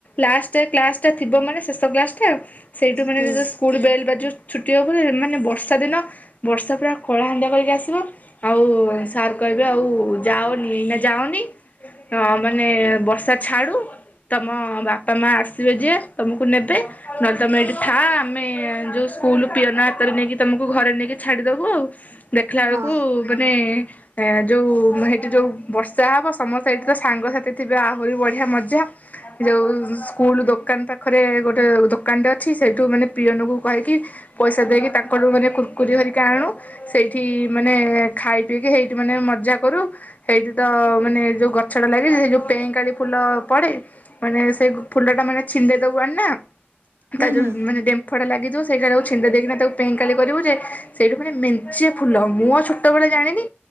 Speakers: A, on the left (about 35°); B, on the right (about 80°).
A: ଲାଷ୍ଟ କ୍ଲାସଟା ଥିବ ମାନେ ଶେଷ କ୍ଲାସଟା ସେଇଠୁ ମାନେ
B: ହୁଁ
A: ସ୍କୁଲ୍ ବେଲ୍ ବାଜିବ ଯେଉଁ ଛୁଟି ହେବ ମାନେ ବର୍ଷା ଦିନ ବର୍ଷା ପୁରା କଳାହାଣ୍ଡିଆ କରିକି ଆସିବ, ଆଉ ସାର୍ କହିବେ ଆଉ ଯାଅନି, ଏଇନା ଯାଅନି ମାନେ ବର୍ଷା ଛାଡୁ ତମ ବାପା ମା ଆସିବେ ଯେ ତମକୁ ନେବେ ନହେଲେ ତମେ ଏଇଠି ଥାଆ, ଆମେ ଯୋଉ ସ୍କୁଲ ପିଅନ ହାତରେ ନେଇକି ତମକୁ ଘରେ ନେଇକି ଛାଡିଦବୁ ଆଉ। ଦେଖିଲା
B: ହଁ
A: ବେଳକୁ ମାନେ ଯୋଉ ସେଇଠି ଯୋଉ ବର୍ଷା ହବ ସମସ୍ତେ ସେଇଠି ତ ସାଙ୍ଗସାଥି ଥିବେ ଆହୁରି ବଢିଆ ମଜା, ଯୋଉ ସ୍କୁଲ ଦୋକାନ ପାଖରେ ଗୋଟେ ଦୋକାନଟେ ଅଛି ସେଇଠୁ ମାନେ ପିଅନକୁ କହିକି ପଇସା ଦେଇକି ତାଙ୍କଠୁ ମାନେ କୁର୍ କୁରି ଧରିକି ଆଣୁ ସେଇଠି ମାନେ ଖାଇ ପିଇକି ସେଇଠି ମାନେ ମଜା କରୁ ସେଇଠି ତ ମାନେ ଯୋଉ ଗଛଟା ଲାଗିଛି ସେ ଯୋଉ ପେଁ କାଳି ଫୁଲ ପଡେ ମାନେ ସେଇ ଫୁଲଟା ମାନେ ଛିଣ୍ଡେଇ ଦବୁ ଆଣି ନା।
B: ହୁଁ
A: ତା ଯୋଉ
B: ହୁଁ
A: ମାନେ ଡେମ୍ଫଟା ଲାଗି ସେଇଟା ଛିଣ୍ଡେଇ ଦେଇକିନା ତାକୁ ପେଁକାଳି କରିବୁ ଯେ। ସେଇଠୁ ମାନେ ମେଞ୍ଚେ ଫୁଲ ମୁଁ ଆଉ ଛୋଟ ବେଳେ ଜାଣିନି